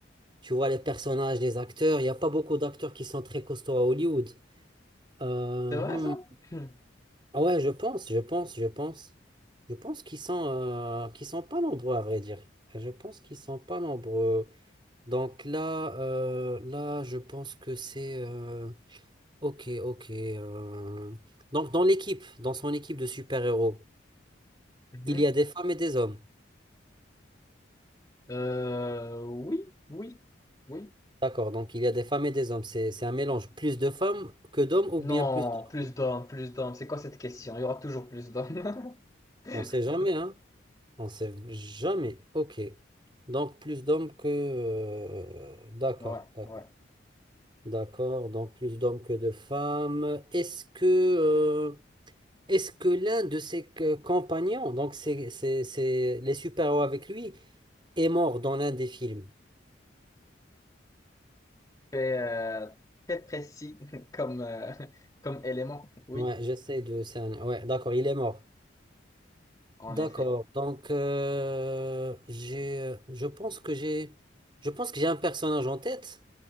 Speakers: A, on the right; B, on the left.
A: tu vois, les personnages, les acteurs. Il n'y a pas beaucoup d'acteurs qui sont très costauds à Hollywood. Euh,
B: C'est vrai,
A: hmm.
B: ça? Hmm.
A: Ah Ouais, je pense, je pense, je pense. Je pense qu'ils sont, euh, qu'ils sont pas nombreux, à vrai dire. Je pense qu'ils sont pas nombreux. Donc là, euh, là, je pense que c'est... euh, Ok, ok. euh, Donc dans l'équipe, dans son équipe de super-héros,
B: Mhm.
A: il y a des femmes et des hommes.
B: Euh, oui, oui, oui.
A: D'accord, donc il y a des femmes et des hommes. C'est, c'est un mélange. Plus de femmes que d'hommes ou
B: Non,
A: bien plus d'hommes.
B: plus d'hommes, plus d'hommes. C'est quoi cette question? Il y aura toujours plus d'hommes. <laughs>
A: On sait jamais, hein? On sait jamais. Ok. Donc plus d'hommes que... euh, D'accord,
B: Ouais,
A: d'accord.
B: ouais.
A: D'accord, donc plus d'hommes que de femmes. Est-ce que... euh, Est-ce que l'un de ses euh, compagnons, donc c'est c'est- c'est les super-héros avec lui, est mort dans l'un des films?
B: Très, euh, très précis <laughs> comme, euh, comme élément. Oui,
A: Ouais, j'essaie de cerner. Ouais, d'accord, il est mort.
B: en
A: D'accord.
B: effet.
A: Donc euh, j'ai euh, je pense que j'ai je pense que j'ai un personnage en tête.